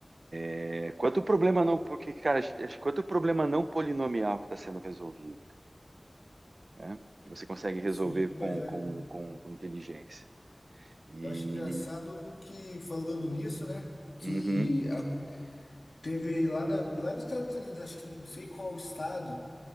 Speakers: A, on the right; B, on the left.
A: É, quanto problema não. Porque, cara, a gente- acho que quanto problema não polinomial que está sendo resolvido, né? Que você consegue resolver
B: Sim,
A: com,
B: pois é.
A: com, com, com inteligência. E.
B: Eu acho engraçado que, falando nisso, né, que
A: Uhum,
B: a- teve lá, na- lá nos Estados Unidos, acho que não sei qual estado,